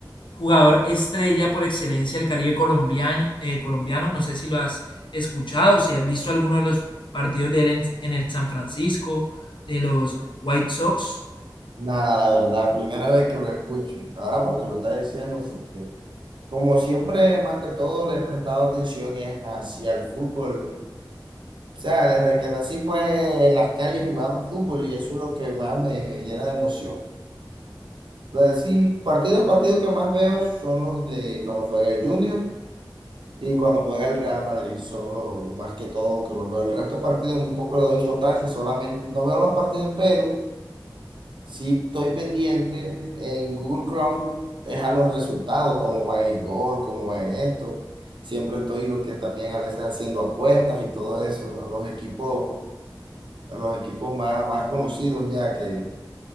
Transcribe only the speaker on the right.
Nada, la verdad, primera vez que lo escucho. Ahora porque lo está diciendo, porque como siempre, más que todo, le he prestado atención es hacia el fútbol. O sea, desde que nací fue en las calles jugando fútbol y eso es lo que más me, llena de emoción. Entonces, sí, partidos, partidos que más veo son los de cuando juega el Junior y cuando juega el Real Madrid. Son los más que todo que los veo. El resto de partidos muy poco le doy importancia, solamente no veo los partidos, pero... Si estoy pendiente en Google Chrome, es a los resultados, cómo va el gol, cómo va esto. Siempre estoy lo que también a veces haciendo apuestas y todo eso, ¿no? los equipos, los equipos más, más conocidos ya que,